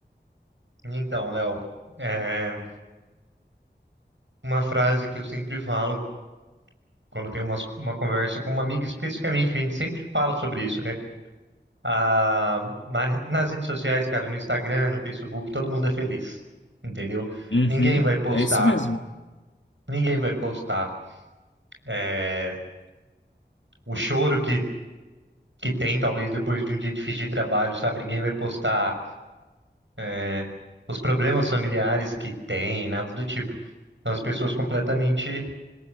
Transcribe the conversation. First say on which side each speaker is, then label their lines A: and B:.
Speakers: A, on the right; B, on the left.
A: E Então, Léo, é, uma frase que eu sempre falo quando tenho umas- uma, conversa com uma amiga, especificamente, a gente sempre fala sobre isso, né? Ah, na- nas redes sociais, cara, no Instagram, no Facebook, todo mundo é feliz, entendeu?
B: Uhum,
A: Ninguém vai postar,
B: é isso mesmo.
A: ninguém vai postar é, o choro que, que tem, talvez, depois de um dia difícil de trabalho, sabe? Ninguém vai postar é, os problemas familiares que tem, nada do tipo. São as pessoas completamente